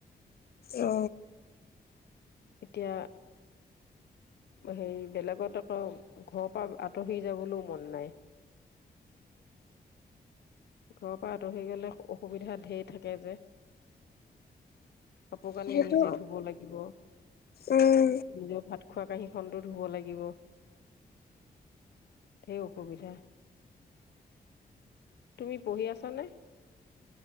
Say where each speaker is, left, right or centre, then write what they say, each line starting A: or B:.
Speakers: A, on the left; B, on the left.
A: অ
B: এতিয়া হেৰি বেলেগত আকৌ ঘৰৰ পৰা আঁতৰি যাবলৈও মন নাই ঘৰৰ পৰা আঁতৰি গলে অসুবিধা ধঢেৰ থাকে যে কাপোৰ কানি
A: সেইটো
B: নিজে ধুব লাগিব
A: উম
B: নিজে ভাত খোৱা কাঁহীখনতো ধুব লাগিব ঢেৰ অসুবিধা তুমি পঢ়ি আছানে